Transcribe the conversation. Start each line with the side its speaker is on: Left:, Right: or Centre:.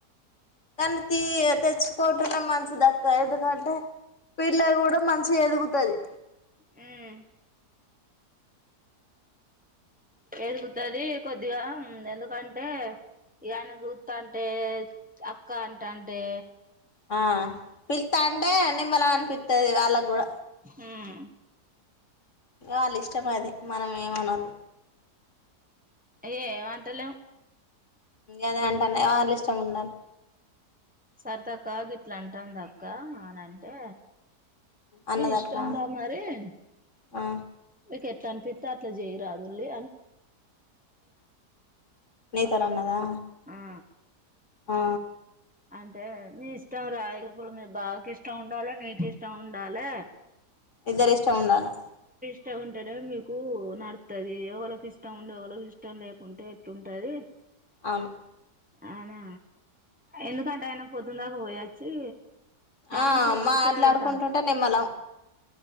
Left: కానీ తీ తెచ్చుకోవటమ మంచి అక్క ఎందుకంటే పిల్ల కూడ మంచిగ ఎదుగుతది
Centre: హమ్ ఎదుగుతది కొద్ది కొద్దిగా ఎందుకంటే ఇక ఆయన చూస్తాంటే అక్క అంటంటే
Left: ఆ పిల్తంటే నిమ్మలం అనిపిస్తుంది తెల్తాది వాళ్ళకి కూడ
Centre: హుమ్
Left: వాళ్ళ ఇష్టం అది మనం ఏమానొద్దు.
Centre: అయ్యో ఏమంటలేము
Left: అదే అంటానే వాళ్ళ ఇష్టం ఉండాలి.
Centre: సరితక్క గిట్ల అంటంది అక్క అని అంటే.
Left: అన్నది
Centre: మీ ఇష్టం
Left: అట్లా
Centre: రా మరి మీకు
Left: ఆ
Centre: ఎట్లానిపితే. ఎట్లా అనిపిస్తే అట్లా చేయరాదుండ్రి
Left: నీ తోని అన్నదా
Centre: ఆ
Left: ఆ
Centre: అంటే మీ ఇష్టం రా. ఇప్పుడు మీ బావ కి ఇష్టం ఉండాలి. నీకు ఇష్ట ఇష్టం ఉండాలి.
Left: ఇద్దరిష్టం ఇష్టం ఉండాలా
Centre: ఇష్టం ఉంటేనే మీకు నడతది. ఓలకి ఇష్టం ఉండి ఒఓలకి ఇష్టం లేకుంటే ఎట్లుంటది.
Left: అను
Centre: అవునా ఎందుకంటే అయన పొద్దునదాకా పోయొచ్చి
Left: ఆమ్
Centre: ఆమెతోని
Left: మా
Centre: ముచ్చట
Left: ఆటలు
Centre: పెడతాండు
Left: ఆడుకుంటుంటే నమ్మలం